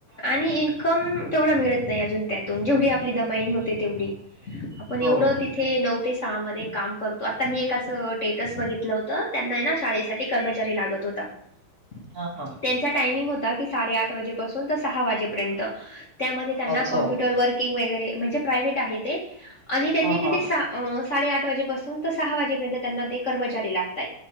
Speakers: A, on the left; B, on the right.
A: आणि इन्कम तेवढा मिळत नाही अजून त्यातून जेवढी
B: हम्म.
A: आपली दमाईनी होते तेवढी. <unintelligible> आपण
B: हो
A: एवढं तिथे नऊ ते सहा मध्ये काम करतो आता मी एकचं ट <unintelligible> बघितलं होत त्यांना ना शाळेसाठी कर्मचारी लागत होता. <unintelligible>
B: ह हा <unintelligible>
A: त्यांचा टायमिंग होता की साडे आठ वाजेपासून तर सहा वाजेपर्यंत त्यामध्ये त्यांना
B: अच्छा
A: कमप्युटरवर वर्किंग वगैरे म्हणजे प्रायव्हेट आहे ते आणि त्यांनी
B: हा
A: तिथे
B: हा
A: सहा <unintelligible> अ साडे आठ वाजेपासून तर सहा वाजेपर्यंत त्यांना ते कर्मचारी लागत